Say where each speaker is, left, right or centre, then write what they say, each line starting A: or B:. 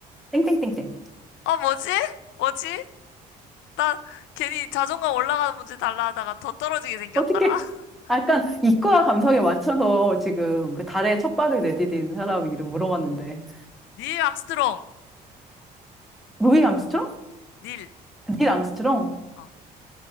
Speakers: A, in the centre; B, on the left.
A: 땡땡땡땡.
B: 어, 뭐지? 뭐지? 나 괜히 자존감 올라가는 문제 달라 하다가 더 떨어지게 생겼다.
A: 어떻게,
B: <laughs>
A: 아, 약간 이과 감성에 맞춰서 지금 그 달에
B: 어,
A: 첫 발을 내디딘 사람 이름 물어봤는데.
B: 어. 닐 암스트롱.
A: 루이 암스트롱?
B: 닐.
A: 닐 암스트롱?
B: 어,